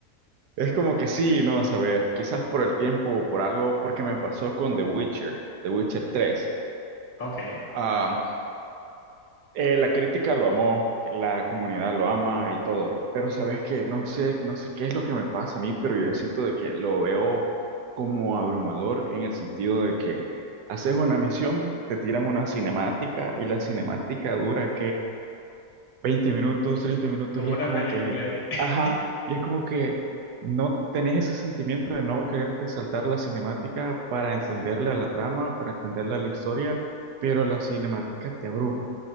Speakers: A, on the right; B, on the left.
A: Es como que sí, no sabes, quizás por el tiempo o por algo, porque me pasó con The Witcher, The Witcher 3.
B: Ok,
A: Am, eh, la crítica lo amó, la comunidad lo ama y todo, pero sabes que no sé, no sé qué es lo que me pasa a mí, pero yo siento de que lo veo como abrumador en el sentido de que haces una misión, te tiran una cinemática y la cinemática dura 20 minutos, 30 minutos,
B: como
A: y es
B: una
A: como
B: película
A: que,
B: ahí. <laughs>
A: ajá, y es como que no tenés ese sentimiento de no quererte saltar la cinemática para entenderle
B: Exacto,
A: a la trama, para entenderle a la historia, pero la cinemática te abruma.